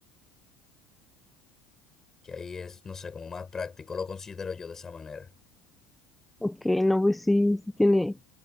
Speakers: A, on the left; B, in the centre.
A: que ahí es, no sé, como más práctico, lo considero yo de esa manera.
B: ok, no, pues sí, sí tiene